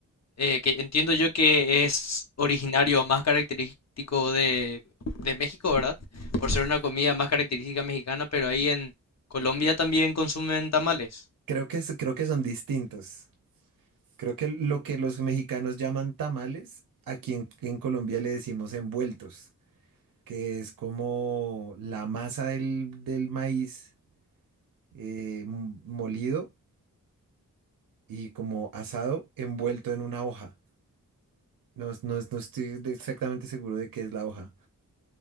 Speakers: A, on the left; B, on the right.
A: eh, que entiendo yo que es originario más característico de, de México, ¿verdad? Por ser una comida más característica mexicana, pero ahí en Colombia también consumen tamales.
B: creo que, es- creo que son distintos. Creo que lo que los mexicanos llaman tamales, aquí en, en Colombia le decimos envueltos, que es como la masa del, del maíz eh, m- molido y como asado envuelto en una hoja. No, es- no, es- no estoy de- exactamente seguro de qué es la hoja,